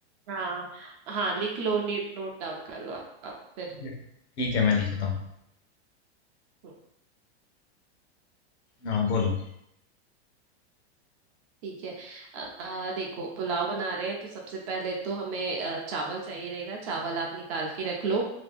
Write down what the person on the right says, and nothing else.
हाँ हाँ लिख लो नीट नोट डाउन कर लो आप
फिर
हम्म,
ठीक है अ, अ, देखो पुलाव बना रहे हैं तो सबसे पहले तो हमें अ, चावल चाहिए रहेगा चावल आप निकाल के रख लो